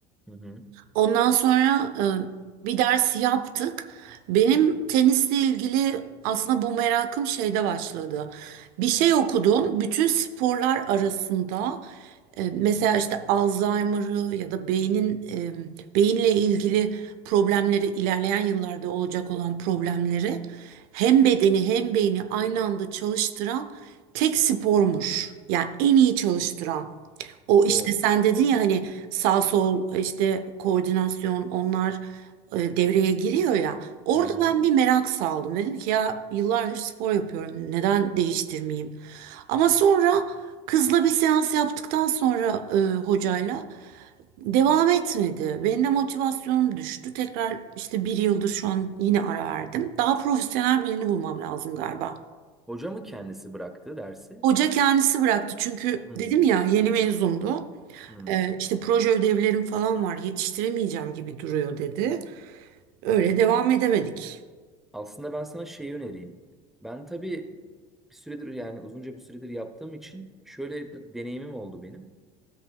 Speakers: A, in the centre; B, on the right (about 70°).
A: Hı hı.
B: Ondan sonra e, bir ders yaptık. Benim tenisle ilgili aslında bu merakım şeyde başladı. Bir şey okudum. Bütün sporlar arasında E, Mesela işte Alzheimer'ı ya da beynin e, beyinle ilgili problemleri ilerleyen yıllarda olacak olan problemleri hem bedeni hem beyni aynı anda çalıştıran tek spormuş. Yani en iyi çalıştıran. O
A: O.
B: işte sen dedin ya hani sağ sol işte koordinasyon onlar e, devreye giriyor ya. Orada
A: Hı hı.
B: ben bir merak saldım. Dedim ki ya yıllardır spor yapıyorum. Neden değiştirmeyeyim? Ama sonra Kızla bir seans yaptıktan sonra e, hocayla devam etmedi. Benim de motivasyonum düştü. Tekrar işte bir yıldır şu an yine ara verdim. Daha profesyonel birini bulmam lazım galiba.
A: Hoca mı kendisi bıraktı dersi?
B: Hoca kendisi bıraktı çünkü
A: Hmm,
B: dedim ya yeni mezundu.
A: hmm.
B: E, işte proje ödevlerim falan var yetiştiremeyeceğim gibi duruyor dedi. Öyle devam edemedik.
A: Aslında ben sana şeyi önereyim. Ben tabii bir süredir yani uzunca bir süredir yaptığım için şöyle bir deneyimim oldu benim.